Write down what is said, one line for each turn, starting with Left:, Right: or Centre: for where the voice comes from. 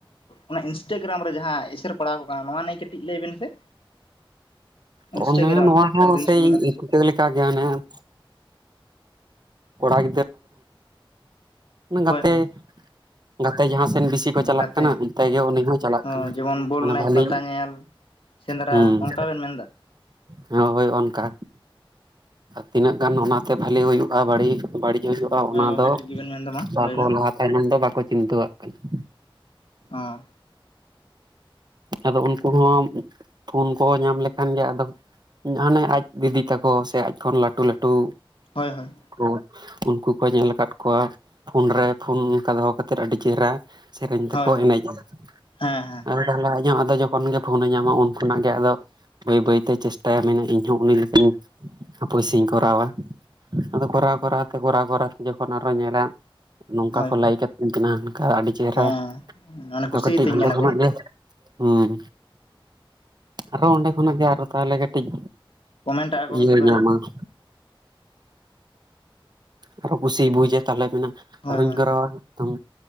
Left: ᱚᱱᱟ ᱤᱱᱥᱴᱟᱜᱨᱟᱢ ᱨᱮ ᱡᱟᱦᱟᱸ ᱮᱥᱮᱨ <inaudible> ᱱᱚᱣᱟ ᱠᱚ ᱠᱟᱱᱟ ᱱᱚᱣᱟ ᱱᱤᱭᱮ ᱠᱟᱹᱴᱤᱡ ᱞᱟᱹᱭ ᱵᱮᱱ ᱥᱮ?
Right: ᱚᱱᱟ
Left: ᱤᱱᱥᱴᱟᱜᱨᱟᱢ
Right: ᱱᱚᱣᱟ ᱦᱚᱸ
Left: ᱨᱤᱞᱥ
Right: ᱥᱮᱭ
Left: ᱵᱮᱱᱟᱣ
Right: ᱤᱱᱠᱟᱹ
Left: ᱾
Right: ᱞᱮᱠᱟᱜᱮ ᱦᱟᱱᱮ ᱠᱚᱲᱟ <inaudible> ᱜᱟᱛᱮ
Left: ᱦᱳᱭ ᱦᱳᱭ
Right: ᱜᱟᱛᱮ ᱡᱟᱦᱟᱸ ᱥᱮᱱ ᱵᱤᱥ ᱛᱤ ᱠᱚ ᱪᱟᱞᱟᱜ
Left: ᱜᱟᱛᱮ
Right: ᱠᱟᱱᱟ ᱚᱱᱛᱮ ᱜᱮ ᱩᱱᱤ ᱦᱚᱸ ᱪᱟᱞᱟᱜ
Left: ᱦᱳᱭ
Right: ᱠᱟᱱᱟ
Left: ᱡᱮᱢᱚᱱ ᱵᱚᱞ
Right: ᱢᱟᱱᱮ
Left: ᱮᱱᱮᱡ
Right: ᱵᱷᱟᱹᱞᱤ
Left: ᱯᱟᱛᱟ ᱧᱮᱞ ᱥᱮᱸᱫᱽᱨᱟ
Right: ᱦᱩᱸ ᱾
Left: ᱚᱱᱠᱟ ᱵᱮᱱ ᱢᱮᱱᱫᱟ
Right: ᱦᱮ ᱦᱳᱭ ᱚᱱᱠᱟ ᱛᱤᱱᱟᱹᱜ ᱜᱟᱱ ᱚᱱᱟ ᱛᱮ ᱵᱟᱹᱞᱤ ᱦᱩᱭᱩᱜᱼᱟ ᱵᱟᱹᱲᱤᱡ ᱵᱟᱹᱲᱤᱡ <inaudible>
Left: ᱦᱳᱭ
Right: ᱚᱱᱟ
Left: ᱜᱚᱝᱠᱮ
Right: ᱫᱚ
Left: ᱴᱷᱤᱠ ᱜᱮᱵᱮᱱ ᱢᱮᱱᱫᱟ ᱢᱟ
Right: ᱵᱟᱠᱚ
Left: ᱞᱟᱹᱭ
Right: ᱞᱟᱦᱟ ᱛᱟᱭᱱᱚᱢ ᱫᱚ ᱵᱟᱠᱚ ᱪᱤᱱᱛᱟᱹᱣᱟᱜ ᱠᱟᱱᱟ ᱾
Left: ᱚᱸ ᱾
Right: ᱟᱫᱚ ᱩᱱᱠᱩ ᱦᱚᱸ ᱯᱷᱳᱱ ᱠᱚ ᱧᱟᱢ ᱞᱮᱠᱷᱟᱱ ᱜᱮ ᱟᱫᱚ ᱾ ᱦᱟᱱᱮ ᱟᱡ ᱫᱤᱫᱤ ᱛᱟᱠᱚ ᱥᱮ ᱟᱡ ᱠᱷᱚᱱ ᱞᱟᱹᱴᱩ ᱞᱟᱹᱴᱩ
Left: ᱦᱳᱭ-ᱦᱳᱭ ᱾
Right: ᱠᱩ ᱩᱱᱠᱩ ᱠᱚ ᱧᱮᱞ ᱟᱠᱟᱫ ᱠᱚᱣᱟ ᱯᱷᱳᱱ ᱨᱮ ᱯᱷᱳᱱ ᱚᱱᱠᱟ ᱫᱚᱦᱚ ᱠᱟᱛᱮᱫ ᱟᱹᱰᱤ ᱪᱮᱦᱮᱨᱟ ᱾ ᱥᱮᱨᱮᱧ ᱛᱮᱠᱚ
Left: ᱦᱳᱭ ᱦᱳᱭ
Right: ᱮᱱᱮᱡᱼᱟ, <inaudible>
Left: ᱦᱮᱸ ᱦᱮᱸ
Right: ᱛᱟᱦᱚᱸᱞᱮ ᱠᱷᱟᱡ ᱦᱮᱸ ᱟᱫᱚ ᱡᱚᱠᱷᱚᱱ ᱜᱮ ᱯᱷᱳᱱ ᱮ ᱧᱟᱢᱟ ᱩᱱ ᱠᱷᱚᱱᱟᱜ ᱜᱮ ᱟᱫᱚ ᱵᱟᱹᱭ ᱵᱟᱹᱭ ᱛᱮ ᱪᱮᱥᱴᱟᱭᱟ ᱢᱮᱱᱟ ᱤᱧ ᱦᱚᱸ ᱩᱱᱤ ᱞᱮᱠᱟᱧ ᱦᱟᱯᱳᱭ ᱥᱮᱧ ᱠᱚᱨᱟᱣᱟ ᱟᱫᱚ ᱠᱚᱨᱟᱣ ᱠᱚᱨᱟᱣ ᱛᱮ ᱠᱚᱨᱟᱣ ᱠᱚᱨᱟᱣ ᱛᱮ ᱡᱚᱠᱷᱚᱱ ᱟᱨᱦᱚ ᱧᱮᱞᱟ ᱾ ᱱᱚᱝᱠᱟ
Left: ᱦᱳᱭ
Right: ᱠᱚ ᱞᱟᱹᱭᱤᱠ ᱟᱹᱛᱤᱧ ᱠᱟᱱᱟ ᱚᱱᱠᱟ ᱟᱹᱰᱤ ᱪᱮᱦᱮᱨᱟ
Left: ᱦᱮᱸ ᱢᱟᱱᱮ
Right: ᱟᱫᱚ
Left: ᱠᱩᱥᱤᱭᱟᱛᱤᱧ
Right: ᱠᱟᱹᱴᱤᱡ ᱚᱸᱰᱮ
Left: ᱠᱟᱱᱟ
Right: ᱠᱷᱚᱱᱟᱜ
Left: ᱠᱚ
Right: ᱜᱮ ᱦᱩᱸ ᱟᱨᱦᱚ ᱚᱸᱰᱮ ᱠᱷᱚᱱᱟᱜ ᱜᱮ ᱟᱨᱚ ᱛᱟᱦᱚᱞᱮ ᱠᱟ ᱴᱤᱡ
Left: ᱠᱚᱢᱮᱱᱴᱟᱜᱼᱟ ᱠᱚ
Right: ᱤᱭᱟᱹ
Left: ᱢᱤᱫᱴᱤᱡ ᱵᱟᱨᱭᱟ
Right: ᱱᱟ ᱚᱱᱟ ᱾ ᱟᱨᱦᱚ ᱠᱩᱥᱤᱭ ᱵᱩᱡᱟ ᱛᱟᱦᱚᱞᱮ ᱢᱮᱱᱟ
Left: ᱦᱳᱭ
Right: ᱟᱨᱚᱧ
Left: ᱦᱳᱭ
Right: ᱠᱚᱨᱟᱣᱟ ᱮᱛᱚᱢ